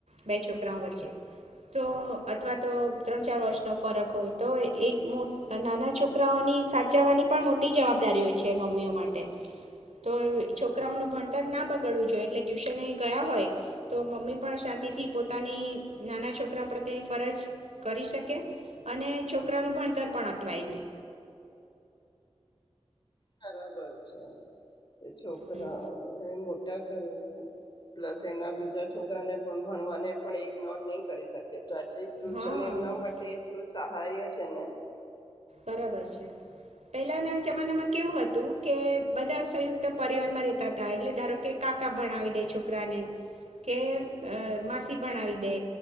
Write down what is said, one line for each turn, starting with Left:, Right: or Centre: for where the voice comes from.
Right: બે છોકરાઓ વચ્ચે તો અથવા તો ત્રણ ચાર વર્ષનો ફરક હોય. તો એક મો નાના છોકરાઓની સાચવવાની પણ મોટી જવાબદારી હોય છે મમ્મીઓ માટે, તો છોકરાઓનું ભણતર ના બગડવું જોઈએ એટલે ટ્યુશન ગયા હોય તો મમ્મી પણ શાંતિથી પોતાની નાના છોકરા પ્રત્યેની ફરજ કરી શકે, અને છોકરાનું ભણતર પણ અટવાય નહી.
Left: બરાબર છે. એ છોકરાઓને
Right: હમ
Left: મોટ ટા કરવું પ્લસ એના બીજા છોકરાને પણ ભણવાને પણ ઈગ્નોર નહી કરી શકે. તો એટલીસ્ટ ટ્યુશન
Right: હા
Left: એમના માટે એટલું જ સહાય છે ને
Right: બરાબર છે પહેલાના જમાનામાં કેવું હતું કે બધા સંયુક્ત પરિવારમાં રેતા તા એટલે ધારો કે કાકા ભણાવી દે છોકરાને, કે માસી ભણાવી દે